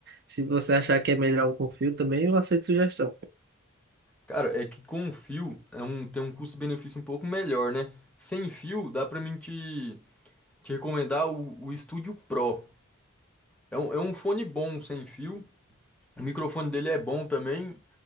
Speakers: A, on the right (about 50°); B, in the centre.
A: se você achar que é melhor um com fio também, eu aceito sugestão.
B: Cara, é que com fio é um, tem um custo-benefício um pouco melhor, né? Sem fio dá pra mim te, te recomendar o, o Studio Pro. É um, é um fone bom sem fio, o microfone dele é bom também